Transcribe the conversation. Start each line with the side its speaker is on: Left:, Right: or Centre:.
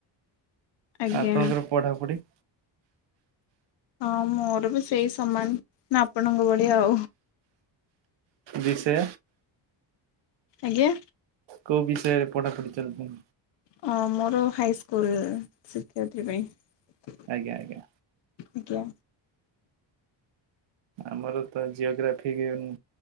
Left: ଆଜ୍ଞା
Right: ଆପଣଙ୍କର ପଢ଼ାପଢ଼ି
Left: ହଁ ମୋର ବି ସେଇ ସମାନ ଆପଣଙ୍କ ଭଳି ଆଉ।
Right: ବିଷୟ
Left: ଆଜ୍ଞା
Right: କୋଉ ବିଷୟରେ ପଢା ପଢି ଚାଲିଛି?
Left: ହଁ ମୋର ହାଇ ସ୍କୁଲ ଶିକ୍ଷୟିତ୍ରୀ ପାଇଁ।
Right: ଆଜ୍ଞା ଆଜ୍ଞା
Left: ଆଜ୍ଞା
Right: ଆମର ତ ଜିଓଗ୍ରାଫି <unintelligible>